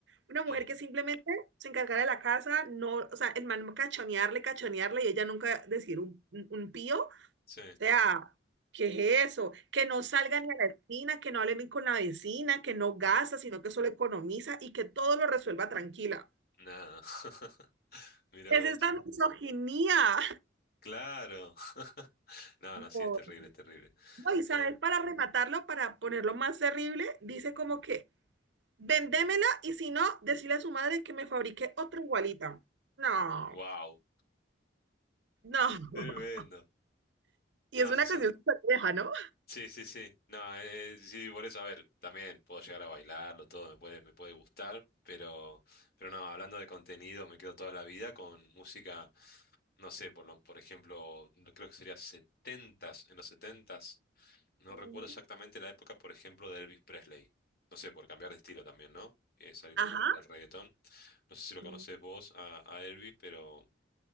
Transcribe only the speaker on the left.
Mm,
Sí,
nada. <laughs> Mirá
vos.
Claro. <laughs> No,
no, sí, es terrible, es terrible.
Eh,
Wow,
tremendo.
No,
sí son.
Sí, sí, sí. No, eh, sí, por eso, a ver, también puedo llegar a bailarlo, todo me puede, me puede gustar, pero, pero no, hablando de contenido, me quedo toda la vida con música, no sé, por lo, por ejemplo, no- creo que sería setentas, en los setentas, no
recuerdo exactamente la época, por ejemplo, de Elvis Presley. No sé, por cambiar de estilo también, ¿no? Eh, salir
de- del reggaetón. No sé si lo conoces
vos a, a Elvis, pero.